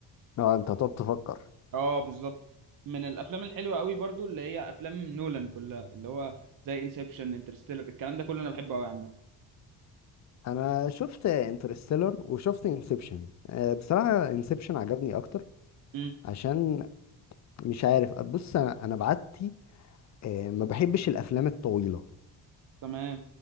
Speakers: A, on the left; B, on the right.
A: اه انت هتقعد تفكر
B: اه بالظبط من الافلام الحلوه قوي برضو اللي هي افلام نولان كلها اللي هو زي انسبشن انترستيلر الكلام ده كله انا بحبه قوي عامه
A: انا شفت انترستيلر وشفت انسبشن أه بصراحة انسبشن عجبني اكتر
B: امم
A: عشان مش عارف بص انا انا بعتي آه، ما بحبش الافلام الطويله
B: تمام